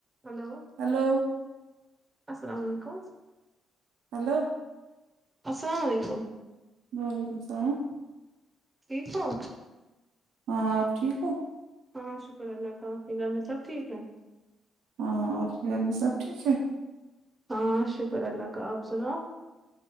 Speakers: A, on the right; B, on the right.
A: hello
B: hello
A: السلام علیکم
B: hello
A: السلام علیکم
B: وعلیکم سلام
A: ٹھیک ہو
B: ہاں آپ ٹھیک ہو
A: ہاں شکر اللہ کا آپ کہ گھر میں سب ٹھیک ہے
B: ہاں آپ کے گھر میں سب ٹھیک ہے
A: ہاں شکر اللہ کا آپ سناؤ